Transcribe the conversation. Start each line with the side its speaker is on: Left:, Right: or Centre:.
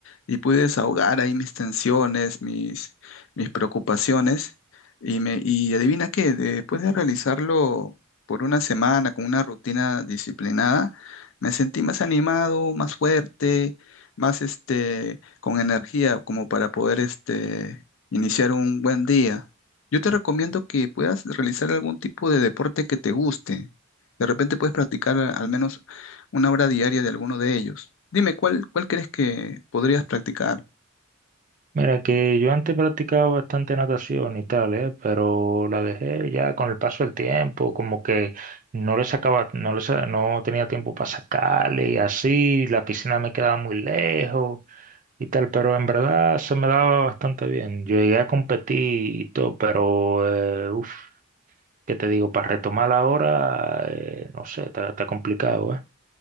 Left: y pude desahogar ahí mis tensiones, mis, mis preocupaciones y, me, y adivina qué, después de realizarlo por una semana con una rutina disciplinada, me sentí más animado, más fuerte, más este, con energía como para poder este, iniciar un buen día. Yo te recomiendo que puedas realizar algún tipo de deporte que te guste. De repente puedes practicar a- al menos una hora diaria de alguno de ellos. Dime, ¿cuál, cuál crees que podrías practicar?
Right: Mira, que yo antes practicaba bastante natación y tal, ¿eh? Pero la dejé ya con el paso del tiempo, como que no le sacaba, no le sa- no tenía tiempo para sacarle y así, la piscina me quedaba muy lejos. y tal, pero en verdad se me daba bastante bien. Yo llegué a competir y todo, pero, eh, uff, ¿qué te digo? Para retomar ahora, eh, no sé, está, está complicado, ¿eh?